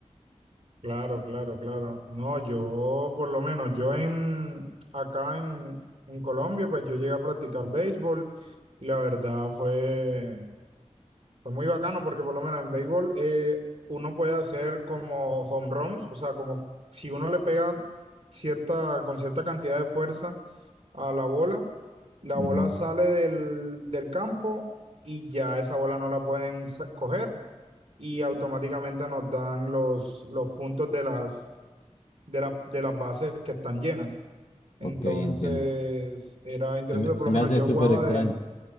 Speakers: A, on the right; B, on the left.
A: Claro, claro, claro. No, yo por lo menos, yo en, acá en, en Colombia, pues yo llegué a practicar béisbol y la verdad fue, fue muy bacano porque por lo menos en béisbol eh, uno puede hacer como home runs, o sea, como si uno le pega cierta, con cierta cantidad de fuerza a la bola, la
B: Ujú,
A: bola sale del, del campo y ya esa bola no la pueden sa- coger y automáticamente nos dan los, los puntos de las, de las, de las bases que están llenas. Entonces
B: Ok, entiendo.
A: era interesante,
B: Se me,
A: por
B: se
A: lo
B: me
A: menos
B: hace
A: yo
B: súper
A: jugaba
B: extraño.
A: de,